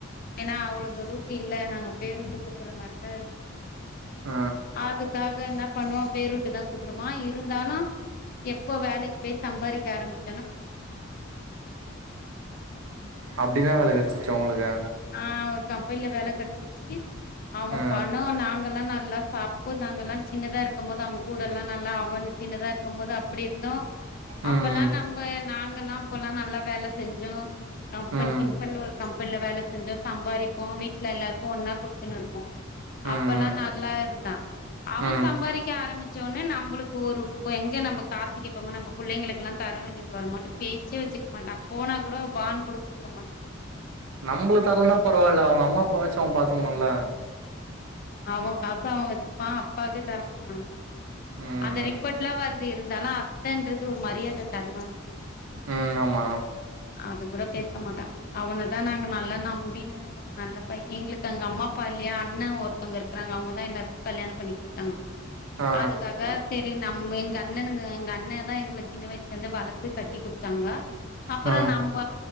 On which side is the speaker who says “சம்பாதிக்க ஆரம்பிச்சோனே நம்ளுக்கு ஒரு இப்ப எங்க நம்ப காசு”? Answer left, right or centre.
Left